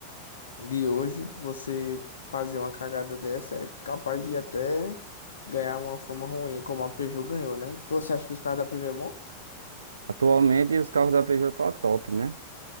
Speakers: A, on the left (about 70°); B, on the right (about 70°).
A: de hoje, você fazer uma cagada dessa é capaz de até ganhar uma fama ruim, como a Peugeot ganhou, né? Então, Você acha que os carros da Peugeot é bom?
B: Atualmente os carros da Peugeot tá top, né?